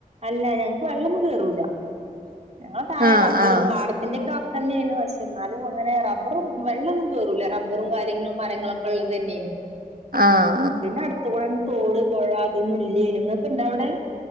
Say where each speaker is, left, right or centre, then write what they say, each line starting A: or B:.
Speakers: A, on the right (about 50°); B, on the right (about 85°).
A: അല്ല ഞങ്ങക്ക് വള്ളെന്നുംകേറൂല ഞങ്ങളെതാഴെ
B: ആഹ്
A: റബ്ബറും
B: ആഹ്
A: പാടത്തിന്റെക്ക തന്നെയാണ് പക്ഷേ എന്നാലും അങ്ങനെ റബറും വെള്ളൊന്നും കേറൂല റബറും കാര്യങ്ങളും മരങ്ങളൊക്കെ ഇള്ളതെന്നെണ്
B: ആഹ്
A: പിന്നെ അടുത്ത് കൂടെന്നെ തോട് പൊഴ അതൊന്നുല്ലേനും ഇങ്ങക്ക് ഇണ്ടവിടെ